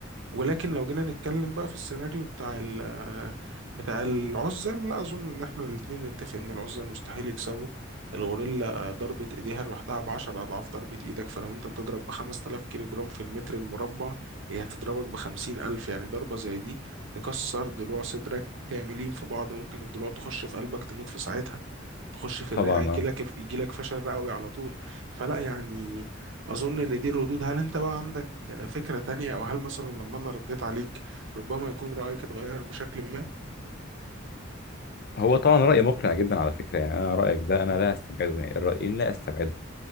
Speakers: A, on the right; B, on the left.
A: ولكن لو جينا نتكلم بقى في السيناريو بتاع ال بتاع العزل لا أظن إن إحنا الاتنين نتفق إن العزل مستحيل يكسبوا الغوريلا ضربة إيديها لوحدها بعشر أضعاف ضربة إيدك فلو أنت بتضرب بخمسة آلاف كيلو جرام في المتر المربع هي هتضربك بخمسين ألف يعني ضربة زي دي تكسر ضلوع صدرك كاملين في بعض ممكن الضلوع تخش في قلبك تموت في ساعتها تخش في
B: طبعا
A: الرئة يجي
B: اه
A: لك يجي لك فشل رئوي على طول فلا يعني أظن إن دي الردود هل أنت بقى عندك فكرة تانية أو هل مثلا لما أنا رديت عليك ربما يكون رأيك اتغير بشكل ما؟
B: هو طبعا رأي مقنع جدا على فكرة يعني انا رأيك ده انا لا استبعده يعني الرأيين لا استبعدهم